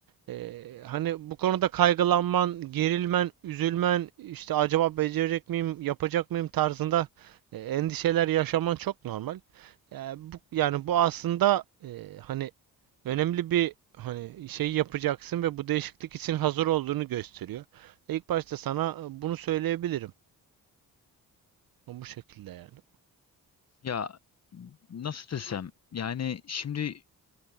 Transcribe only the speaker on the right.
Ee, hani bu konuda kaygılanman, gerilmen, üzülmen, işte acaba becerecek miyim, yapacak mıyım tarzında e, endişeler yaşaman çok normal. Ee, bu, yani bu aslında e, hani önemli bir hani şey yapacaksın ve bu değişiklik için hazır olduğunu gösteriyor. E, İlk başta sana bunu söyleyebilirim. Bu şekilde yani.